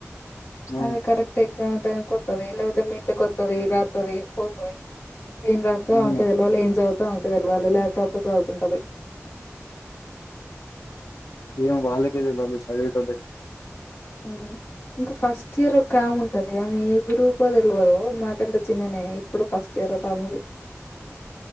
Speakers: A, on the left (about 85°); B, on the left (about 55°).
A: ఆ
B: ఆది కరేక్ట్ ఎగ్జామ్ టైమ్ కొత్తది లేకపోతే మిడ్ కొత్తది రాతది పోతది ఏం రత్తమో
A: అవును
B: ఆమెకే తెలువాలి ఏం చదువుతమో ఆమెకు తెలువాలి ల్యాప్టాప్ లో చదువుకుంటాంది.
A: ఏమో వ వాళ్ళకే తేలువలే చదివేతొళ్లకు
B: ఉ ఇంకా ఫస్ట్ ఇయర్ ఒక ఆమె ఉంటది. ఆమె ఏ గ్రూప్ తెలువదు మాకంటే చిన్న నే ఇప్పుడు ఫస్ట్ ఇయర్ ఒక అమెది